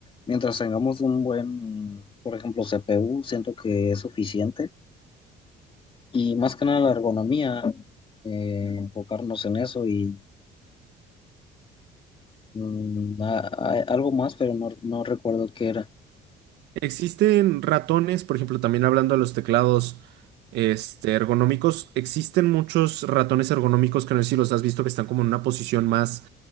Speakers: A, on the left; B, on the right.
A: mientras tengamos un buen, por ejemplo, CPU, siento que es suficiente. Y más que nada la ergonomía, eh, enfocarnos en eso y mm, a- a- algo más, pero no, no recuerdo qué era.
B: Existen ratones, por ejemplo, también hablando de los teclados este, ergonómicos, existen muchos ratones ergonómicos que no sé si los has visto que están como en una posición más